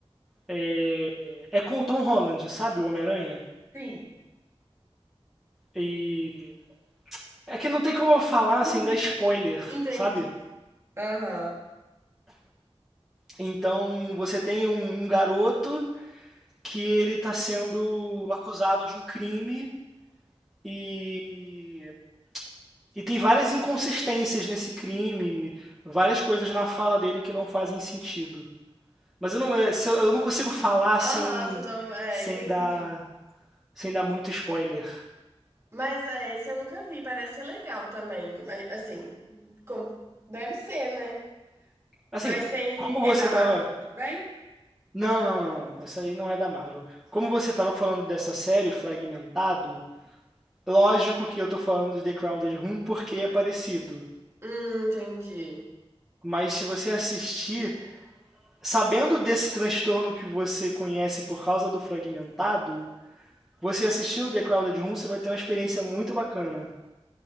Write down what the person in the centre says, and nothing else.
é, é com o Tom Holland, sabe? O Homem-Aranha.
E é que não tem como eu falar
sem dar spoiler,
sabe?
Então você tem um, um garoto que ele está sendo acusado de um crime e, e tem várias inconsistências nesse crime, várias coisas na fala dele que não fazem sentido. Mas eu não, é, se eu, eu não consigo falar
sem,
sem
dar, sem dar muito spoiler.
Assim,
como
você
tava.
Não, não, não, não. Essa aí não é da Marvel. Como você tava falando dessa série, Fragmentado, lógico que eu tô falando de The Crowded Room porque é parecido.
Mas se você assistir, sabendo desse transtorno que você conhece por causa do fragmentado, você assistindo The Crowded Room, você vai ter uma experiência muito bacana.